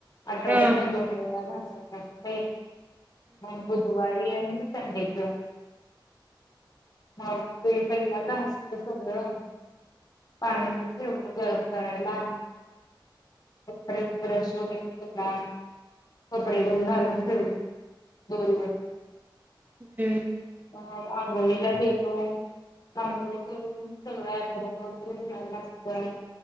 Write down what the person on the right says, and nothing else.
हम्म
हम्म हम्म
हम्म